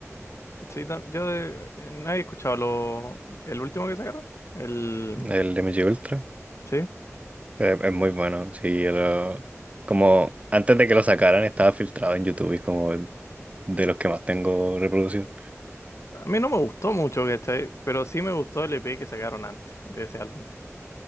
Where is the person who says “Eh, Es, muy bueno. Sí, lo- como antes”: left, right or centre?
Right